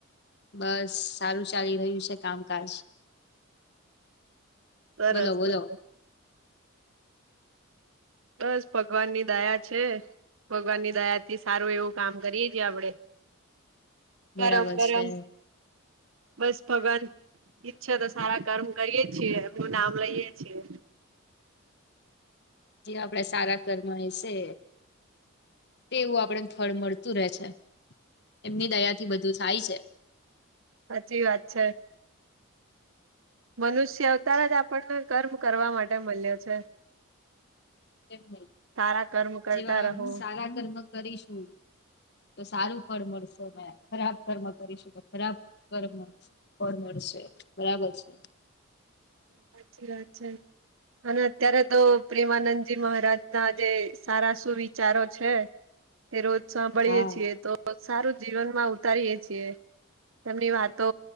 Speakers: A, on the left; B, on the right.
A: બસ સારું ચાલી રહ્યું છે કામકાજ.
B: સરસ
A: બોલો બોલો
B: સરસ. બસ ભગવાન ની દયા છે ભગવાનની દયા થી સારું એવું કામ કરીએ છીએ આપડે.
A: <inaudible>
B: કરમ
A: બરાબર
B: ગરમ
A: છે
B: બસ ભગવાન- - ઈચ્છાતો સારા કર્મ કરીએ એમનું નામ લઈએ છીએ.
A: જે આપડા સારા કર્મ હશે.... તેવું આપડેને ફળ મળતું રહે છે એમની દયાથી બધું થાય છે.
B: સાચી વાત છે. મનુષ્ય અવતાર જ આપણને કર્મ કરવા માટે મળ્યો છે.
A: એમ પણ
B: સારા કર્મ કરતા
A: જેવા
B: રહો
A: સારા કર્મ કરીશું તો સારું ફળ મળશે ને ખરાબ કર્મ કરીશું તો ખરાબ ફળ મળસે ફ મળશે બરાબર છે.
B: સાચી વાત છે. અને અત્યારે તો પ્રેમાનંદજી મહારાજ ના જે સારા સુવિચારો છે. એ રોજ સાંભળીયએ
A: હા
B: છીએ તો સારું જીવન માં ઉતારીયએ છીએ. તેમની વાતો